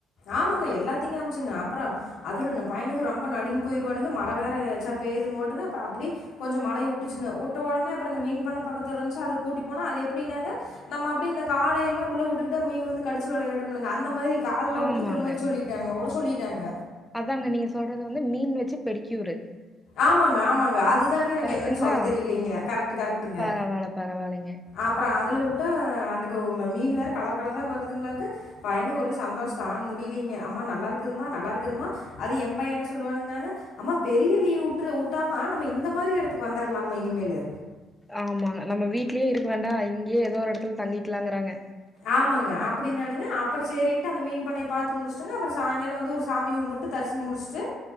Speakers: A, on the left (about 65°); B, in the centre.
A: ஆமாங்க எல்லாத்தையு காமிச்சோங்க அப்பற அதுல இந்த பையனுக்கு ரொம்ப நடுங்கி போயிவானுங்க மழை வேற ஏச்சா பெயுதுன்ன ஓட்டுங்க அப்பற அப்படி கொஞ்ச மழை விட்டுச்சுங்க விட்ட உடனே அப்பற இந்த மீன் பண்ண பக்கத்தல இருந்துச்சு அதா கூட்டி போனா அது எப்டின்னாங்க நம்ம அப்படி இந்த காலைய எல்லா உள்ள விட்டுக்கிட்டு மீன் வந்து கடிச்சு விளையாடும்லங்க அந்த மாரி கால்ல
B: ஆமாங்க
A: உட் இருக்குற மாறி சொல்லிட்டாங்க உட சொல்லிட்டாங்க
B: அதாங்க நீங்க சொல்றது வந்து மீன் வச்சு பெடிக்கியூரு
A: ஆமாங்க ஆமாங்க அதுதாங்க எனக்கு
B: கரெக்ட்டுங்களா
A: என்னன்னு சொல்ல தெரியலங்க கரைக்ட் கரைக்ட்டுங்க
B: பரவால்ல பரவால்லைங்க
A: அப்பற அதுல வுட்டா அந்த மீன் வேற கலர் கல வருதுங்கலாக்கு பையனுக்கு ஒரே சந்தோஷ தாங்க முடியலிங்க அம்மா நல்லாருக்குதும்மா நல்லா இருக்குதும்மா அது எம் பைய என்ன சொல்லுவானுங்கன்னாங்க அம்மா பெரிய லீவு வுட்று ஊட்டாம்மா நம்ம இந்த மாரி இடத்துக்கு வந்துரலாமா இனிமேலு
B: ஆமாங்க நம்ம வீட்லயே இருக்க வேண்டா இங்கேயே ஏதோ ஒரு எட தல தங்கிக்கலாங்றாங்க
A: ஆமாங்க அப்டின்னானுங்க அப்பற சேரின்ட்டு அந்த மீன் பண்ணையை பாத்து முடிச்சுட்டங்க அப்பற சாய்ங்கால வந்து ஒரு சாமி கும்பிட்டு தரிசனு முடிச்சுட்டு